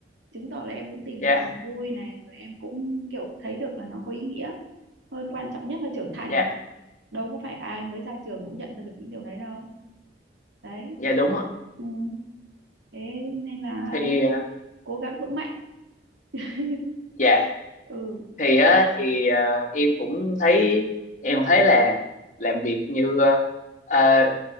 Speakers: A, on the right; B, on the left.
A: chứng tỏ là em cũng tìm
B: dạ
A: được niềm vui này rồi em cũng kiểu thấy được là nó có ý nghĩa hơn quan trọng nhất là trưởng thành
B: dạ
A: đâu có phải ai mới ra trường cũng nhận ra được những điều đấy đâu đấy
B: dạ đúng ạ
A: ừ. thế nên là
B: thì ờ,
A: cố gắng vững mạnh <laughs>
B: dạ
A: ừ
B: thì á thì ờ, em cũng thấy em thấy là làm việc như ờ, ờ,